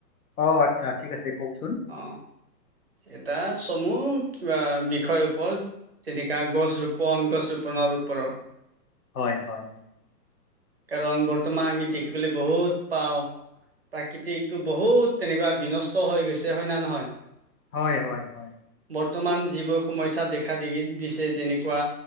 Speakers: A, on the left; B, on the right.
A: অ আচ্ছা ঠিক আছে কওক।
B: অ এটা চমু বা বিষয়ৰ ওপৰত যেনেকা গছ ৰোপন গছ ৰোপনৰৰ ওপৰত।
A: হয় হয়।
B: কাৰণ বৰ্তমান আমি দেখিবলৈ বহুত পাওঁ প্ৰাকৃতিকতটো বহুত তেনেকুৱা বিনষ্ট হৈ গৈছে হয় না নহয়?
A: হয় হয় হয়।
B: বৰ্তমান যিবোৰ সমস্যা দেখা দি দিছে যেনেকুৱা